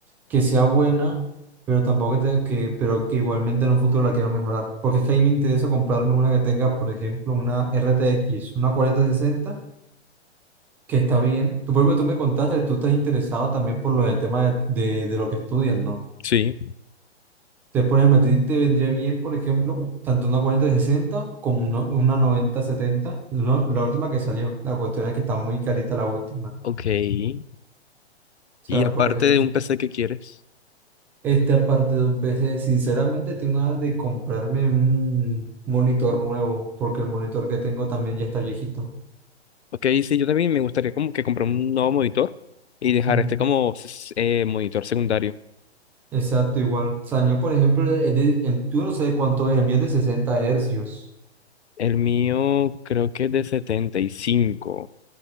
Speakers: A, in the centre; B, on the left.
A: que sea buena, pero tampoco que tenga que, pero que igualmente en un futuro la quiero mejorar. Porque es que a mí me interesa comprarme una que tenga, por ejemplo, una RTX, una cuarenta sesenta que está bien. Tú, por ejemplo, tú me contaste que tú estás interesado también por lo del tema de, de, de lo que estudias, ¿no?
B: Sí.
A: Entonces, por ejemplo, a ti te vendría bien, por ejemplo, tanto una cuarenta sesenta como una, una noventa setenta no- la última que salió. La cuestión es que está muy carita la última.
B: Ok, y
A: O sea,
B: aparte
A: por ejemplo,
B: de un PC que quieres.
A: este aparte de un PC, sinceramente tengo ganas de comprarme un monitor nuevo, porque el monitor que tengo también ya está viejito.
B: Ok, sí, yo también me gustaría como que comprar un nuevo monitor y dejar
A: Ujú.
B: este como s- eh, monitor secundario.
A: Exacto, igual. O sea, yo, por ejemplo, el, de- el- tú no sabes cuánto es, el mío es de 60 hercios.
B: El mío creo que es de setenta y cinco